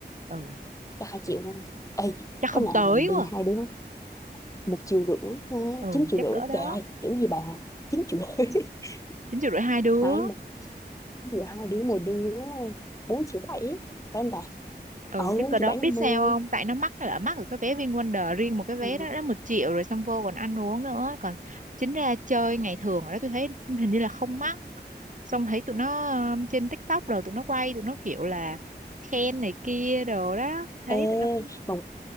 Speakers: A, on the right; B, on the left.
A: ừ
B: cho 2 triệu luôn. Ê,
A: chắc
B: có
A: không
B: nào
A: tới
B: mình đi
A: quá
B: hai đứa, một triệu rưỡi, ha,
A: ừ
B: 9
A: chắc cỡ
B: triệu rưỡi,
A: đó
B: trời ơi, chữ gì bà, 9 triệu rưỡi. <laughs>
A: chín triệu rưỡi hai đứa
B: Hai mình, vừa hai đứa một đứa, 4 triệu 7, phải không ta?
A: ừ
B: Ừ,
A: chắc
B: 4
A: cỡ đó biết sao
B: triệu
A: không
B: bảy năm mươi.
A: tại nó mắc là mắc ở cái vé VinWonder riêng một cái vé
B: Ừ.
A: đó đã một triệu rồi xong vô còn ăn uống nữa còn chính ra chơi ngày thường ở đó tôi thấy hình như là không mắc xong thấy tụi nó ờ, trên TikTok rồi tụi nó quay tụi nó kiểu là khen này kia đồ đó thấy
B: Ê,
A: tụi nó
B: mà